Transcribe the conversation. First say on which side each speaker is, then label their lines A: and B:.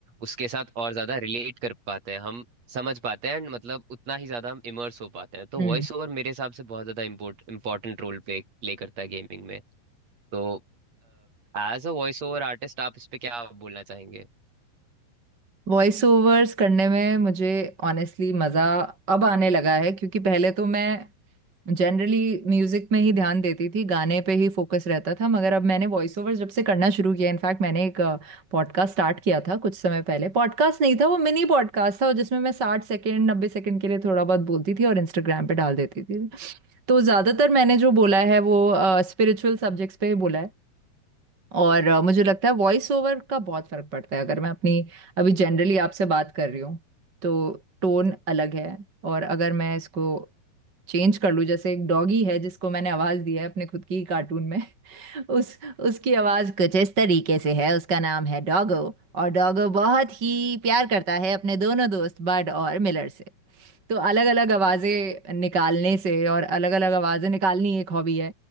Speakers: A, on the right (about 45°); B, on the right (about 30°).
A: उसके साथ और ज्यादा रिलेट कर पाते हैं हम समझ पाते हैं एंड मतलब उतना ही ज्यादा हम इमर्स हो पाते हैं तो
B: हम्म
A: वॉइस ओवर मेरे हिसाब से बहुत ज्यादा इम्पोर्ट इम्पोर्टेंट रोल प्ले प्ले करता है गेमिंग में तो as uh voice over artist आप इस पे क्या बोलना चाहेंगे
B: वॉइस ओवर्स करने में मुझे ऑनेस्टली मजा अब आने लगा है क्योंकि पहले तो मैं जनरली म्यूजिक में ही ध्यान देती थी गाने पे ही फोकस रहता था मगर अब मैंने वॉइस ओवर जब से करना शुरू किया इनफैक्ट मैंने एक पॉडकास्ट स्टार्ट किया था कुछ समय पहले पॉडकास्ट नहीं था वो मिनी पॉडकास्ट था और जिसमें मैं साठ सेकेंड नब्बे सेकेंड के लिए थोड़ा बहुत बोलती थी और इंस्टाग्राम पे डाल देती थी तो ज्यादातर मैंने जो बोला है वो स्पिरिचुअल सब्जेक्ट्स पे ही बोला है और अ, मुझे लगता है वॉइस ओवर का बहुत फर्क पड़ता है अगर मैं अपनी अभी जनरली आपसे बात कर रही हूँ तो टोन अलग है और अगर मैं इसको चेंज कर लूं जैसे एक डॉगी है जिसको मैंने आवाज दी है अपने खुद की कार्टून में <laughs> उस उसकी आवाज कुछ इस तरीके से है उसका नाम है डॉगो और डॉगो बहुत ही प्यार करता है अपने दोनों दोस्त बड और मिलर से तो अलग अलग आवाज़ें निकालने से और अलग अलग आवाज़ें निकालनी एक हॉबी है